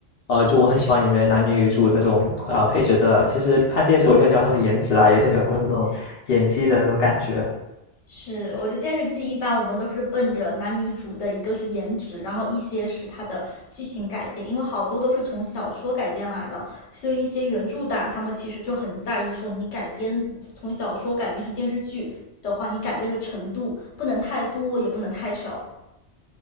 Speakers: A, on the left (about 60°); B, on the left (about 80°).
A: 呃，就我很喜欢里面男女主那种呃配角的，其实看电视我就很喜欢他们的颜值啊，也很喜欢他们那种演技的那种感觉。
B: 是，我觉得电视剧一般我们都是奔着男女主的一个是颜值，然后一些是它的剧情改编，因为好多都是从小说改编来的，所以一些原著党他们其实就很在意说你改编从小说改编成电视剧的话，你改编的程度不能太多，也不能太少。